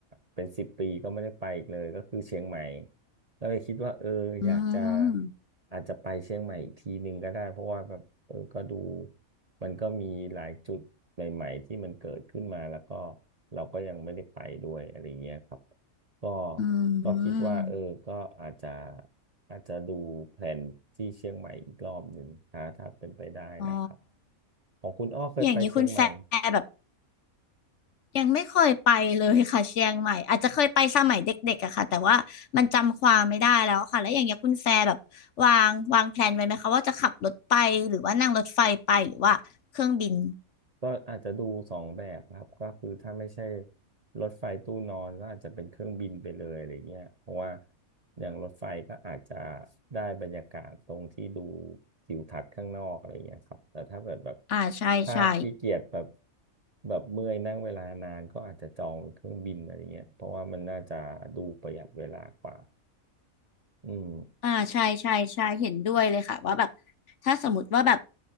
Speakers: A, on the right; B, on the left.
A: เป็นสิบปีก็ไม่ได้ไปอีกเลยก็คือเชียงใหม่ก็เลยคิดว่าเอออยากจะ
B: อืม
A: อาจจะไปเชียงใหม่อีกทีหนึ่งก็ได้เพราะว่าแบบเออก็ดูมันก็มีหลายจุดใหม่ๆที่มันเกิดขึ้นมาแล้วก็เราก็ยังไม่ได้ไปด้วยอะไรเงี้ยครับก็
B: อืม
A: ก็คิดว่าเออก็อาจจะอาจจะดูแผนที่เชียงใหม่อีกรอบหนึ่งถ้าถ้าเป็นไปได้นะครับ
B: อ๋อ
A: ของคุณอ้อเคยไปเชียงใหม่
B: อย่างนี้คุณแฟร์แบบยังไม่เคยไปเลยค่ะเชียงใหม่อาจจะเคยไปสมัยเด็กๆอะค่ะแต่ว่ามันจำความไม่ได้แล้วค่ะแล้วอย่างเงี้ยคุณแฟร์แบบวางวางแพลนไว้ไหมคะว่าจะขับรถไปหรือว่านั่งรถไฟไปหรือว่าเครื่องบิน
A: ก็อาจจะดูสองแบบครับก็คือถ้าไม่ใช่รถไฟตู้นอนก็อาจจะเป็นเครื่องบินไปเลยอะไรเงี้ยเพราะว่าอย่างรถไฟก็อาจจะได้บรรยากาศตรงที่ดูทิวทัศน์ข้างนอกอะไรเงี้ยครับแต่ถ้าเกิดแบบ
B: อ่าใช่ใช่
A: ถ้าขี้เกียจแบบแบบเมื่อยนั่งเวลานานก็อาจจะจองเป็นเครื่องบินอะไรเงี้ยเพราะว่ามันน่าจะดูประหยัดเวลากว่าอืม
B: อ่าใช่ใช่ใช่เห็นด้วยเลยค่ะว่าแบบถ้าสมมติว่าแบบ